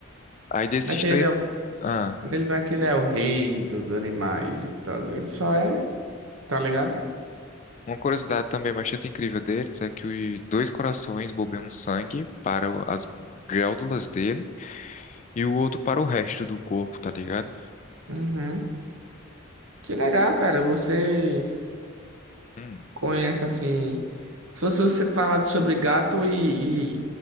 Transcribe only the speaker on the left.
Aí desses
três.
ah.
Uma curiosidade também bastante incrível deles é que os dois corações bombeiam sangue para o- as glândulas dele e o outro para o resto do corpo, tá ligado?
Hum,